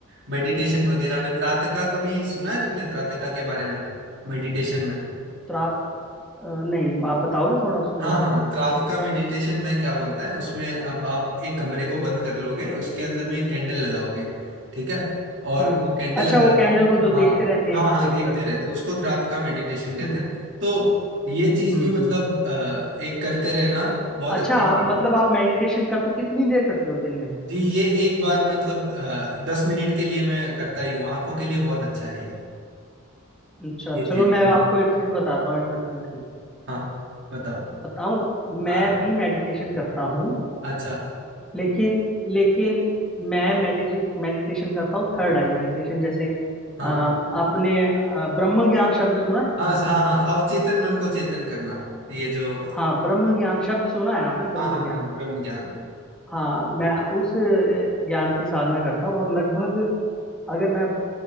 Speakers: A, on the right (about 55°); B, in the centre.
A: मेडिटेशन वगैरह में त्राटका कभी सुना है तुमने त्राटका के बारे में मेडिटेशन में
B: तो रात अ, नहीं आप बताओगे थोड़ा उसके
A: हाँ
B: बारे में
A: हाँ रात का मेडिटेशन में क्या बोलता है उसमें अब आप एक कमरे को बंद कर लोगे उसके अंदर में एक कैंडल लगाओगे ठीक है और
B: हम्म
A: वो
B: हम्म
A: कैंडल
B: अच्छा
A: लगाते
B: वो कैंडल को जो देखते
A: हाँ
B: रहते हैं
A: हाँ
B: एक,
A: हाँ
B: एक
A: देखते
B: लट
A: रहते उसको तो रात का मेडिटेशन कहते
B: हम्म
A: हैं तो ये चीज
B: हम्म
A: भी
B: हम्म।
A: मतलब अ, एक करते रहना बहुत
B: अच्छा
A: अच्छी
B: आप
A: चीज
B: मतलब
A: है
B: आप मेडिटेशन करते कितनी देर करते हो दिन में
A: जी ये एक बार मतलब आ, दस मिनट के लिए मैं करता ही हूँ आंखों के लिए बहुत अच्छा है ये
B: अच्छा
A: ये चीज
B: चलो मैं
A: हाँ
B: आपको एक चीज बताता हूँ इंटरेस्टिंग सी
A: हाँ बताओ
B: बताऊँ मैं
A: हाँ
B: भी मेडिटेशन करता हूँ
A: अच्छा
B: लेकिन लेकिन मैं मेडिटे मेडिटेशन करता हूँ थर्ड आई मेडिटेशन जैसे अ,
A: हाँ हाँ
B: आपने अ, ब्रह्म ज्ञान शब्द सुना है
A: हाँ हाँ हाँ अवचेतन मन को चेतन करना ये जो हाँ
B: हाँ ब्रह्म ज्ञान शब्द सुना है ना आपने
A: हाँ
B: ब्रह्म
A: हाँ
B: ज्ञान
A: हाँ, ब्रह्म ज्ञान
B: हाँ मैं उस अ, ज्ञान की साधना करता हूँ और लगभग अगर मैं